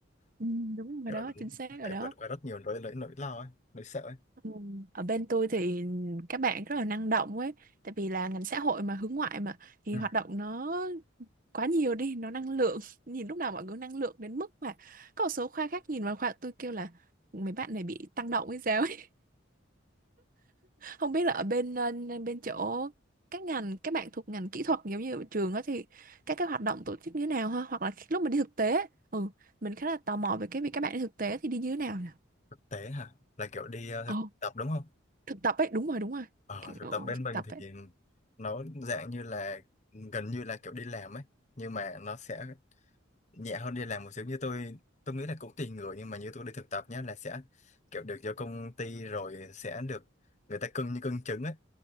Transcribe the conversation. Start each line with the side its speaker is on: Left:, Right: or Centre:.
Right: ừ, đúng rồi
Left: kiểu
Right: đó chính xác rồi
Left: phải
Right: đó
Left: vượt qua rất nhiều nỗi nỗi nỗi lo ấy nỗi sợ ấy
Right: Ừ. Ở bên tôi thì các bạn rất là năng động ấy tại vì là ngành xã hội mà hướng ngoại mà thì
Left: Ừ.
Right: hoạt động nó quá nhiều đi nó năng lượng <laughs> nhìn lúc nào mọi người năng lượng đến mức mà có một số khoa khác nhìn vào khoa tôi kêu là mấy bạn này bị tăng động hay sao ấy không biết là ở bên ờ, bên chỗ các ngành các bạn thuộc ngành kỹ thuật giống như ở trường đó thì các cái hoạt động tổ chức như thế nào ha hoặc là khi- lúc mà đi thực tế ấy, ừ mình khá là tò mò về cái việc các bạn đi thực tế thì đi như thế nào nhỉ
Left: thực tế hả là kiểu đi ờ, thực
Right: ồ
Left: tập đúng không
Right: thực tập ấy đúng rồi đúng rồi
Left: Ờ,
Right: Kiểu,
Left: thực tập bên
Right: thực
Left: mình
Right: tập
Left: thì
Right: ấy
Left: nó dạng như là gần như là kiểu đi làm ấy nhưng mà nó sẽ nhẹ hơn đi làm một xíu như tôi tôi nghĩ là cũng tùy người nhưng mà như tôi đi thực tập nhá là sẽ kiểu được cho công ty rồi sẽ được người ta cưng như cưng trứng ấy